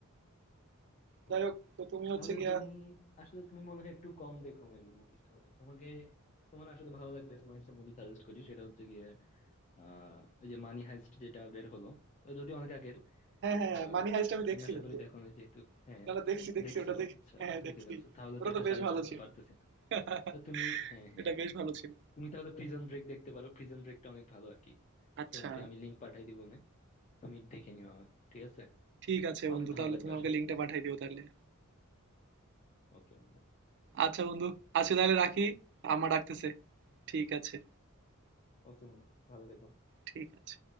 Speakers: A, on the right (about 55°); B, on the left (about 30°).
A: যাই
B: ও
A: হোক তো তুমি হচ্ছে
B: তাহলে
A: গিয়া
B: তুমি আসলে তুমি মনে হয় একটু কম দেখো মেবি মুভি তাহলে তোমাকে তোমার আসলে ভালো লাগবে তোমার একটা মুভি সাজেস্ট করি সেটা হচ্ছে গিয়ে আহ ওই যে মানি হাইস্ট যেটা বের হলো তো যদি অনেক আগের
A: হ্যাঁ, হ্যাঁ,
B: আহ
A: মানি হাইস্ট আমি
B: তুমি
A: দেখছি
B: আশা
A: বন্ধু।
B: করি দেখো না যেহেতু হ্যাঁ
A: না, না, দেখছি, দেখছি
B: দেখছো
A: ওটা দেখ
B: আচ্ছা
A: হ্যাঁ, হ্যাঁ, দেখছি।
B: দেখে ফেলছো তাহলে
A: ওটা
B: তো এটা
A: তো বেশ
B: সাজেস্ট
A: ভালো
B: করতে
A: ছিল।
B: পারতেছি না
A: <laughs>
B: তো তুমি হ্যাঁ হ্যাঁ
A: এটা বেশ ভালো ছিল।
B: তুমি তাহলে প্রিজন ব্রেক দেখতে পারো প্রিজন ব্রেকটা অনেক ভালো আর কি
A: আচ্ছা,
B: তোমাকে আমি লিঙ্ক পাঠাই দিব না তুমি দেখে নিও আমার ঠিক আছে
A: ঠিক আছে বন্ধু।
B: অনেক ভালো
A: তাহলে
B: লাগবে
A: তুমি আমাকে
B: আশা করি
A: লিংকটা পাঠিয়ে দিও তাহলে।
B: ওকে বন্ধু
A: আচ্ছা বন্ধু, আজকে তাহলে রাখি। আম্মা ডাকতেছে। ঠিক আছে,
B: ওকে বন্ধু ভালো থেকো
A: ঠিক আছে।